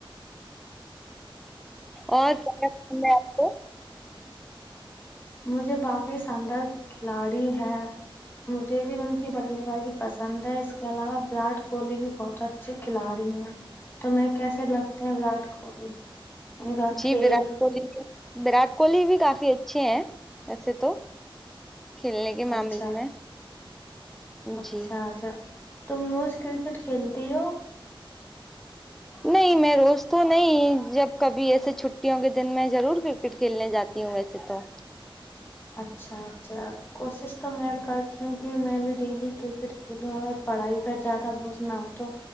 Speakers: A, in the centre; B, on the left (about 25°).
A: اور میں آ <unintelligible>
B: مجھے باقعی شاندار کھلاڑی ہے مجھے بھی ان کی بلے بازی پسند ہے اس کے علاوہ ویراٹ کوہلی بھی بہت اچا ھے کھلاڑی ہیں تمہیں کیسے لگتے ہیں وراٹ کوہلی ان کا
A: جی
B: کھیل
A: وراٹ کوہلی وراٹ کوہلی بھی کافی اچھے ہیں ایسے تو کھیلنے کے معاملے
B: اچھا
A: میں
B: اچھا
A: جی
B: اچھا تم روز کرکٹ کھیلتی ہو
A: نہیں میں روز تو نہیں جب کبھی ایسے چھٹیوں کے دن میں ضرور کرکٹ کھیلنے جا تی ہوں ویسے تو
B: اچھا اچھا کوشش تو میں کرتی ہوں کہ میں بھی ڈیلی کرکٹ کھیلوں اگر پڑھائی کا زیادہ بوجھ نہ ہو تو